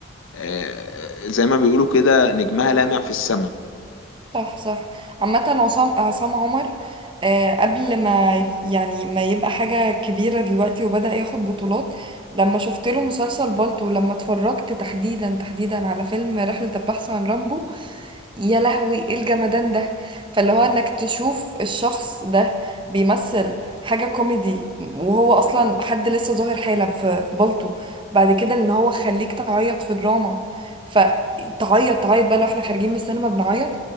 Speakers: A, on the left; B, on the right.
A: آه، زي ما بيقولوا كده نجمها لامع في السماء
B: صح صح عامه عصام عصام عمر آه قبل ما يعني ما يبقى حاجه كبيره دلوقتي وبدأ ياخد بطولات لما شفت له مسلسل بالطو لما اتفرجت تحديدا تحديدا على فيلم رحله البحث عن رامبو يا لهوي ايه الجمدان ده فاللي هو انك تشوف الشخص ده بيمثل حاجة كوميدي وهو اصلا حد لسه ظاهر حالا في بلطو بعد كده ان هو خليك تعيط في دراما فتعيط تعيط بقى لو احنا خارجين من السينما بنعيط